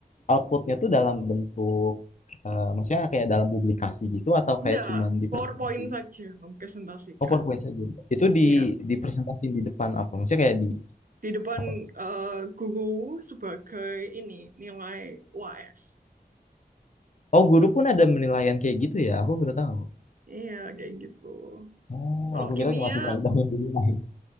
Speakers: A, on the left; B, on the right.
A: outputnya tuh dalam bentuk eh, maksudnya kayak dalam publikasi gitu atau
B: Enggak,
A: kayak cuman di
B: PowerPoint
A: presentasi
B: saja mempresentasikan.
A: Oh PowerPoint saja. Itu di
B: Iya,
A: dipresentasi di depan apa? Maksudnya kayak di
B: di depan
A: apa?
B: eh, guru sebagai ini nilai UAS.
A: Oh guru pun ada penilaian kayak gitu ya? Aku baru tahu.
B: Iya, kayak gitu.
A: Oh
B: Kalau
A: aku
B: kimia,
A: kira cuma siswanya doang yang dinilai.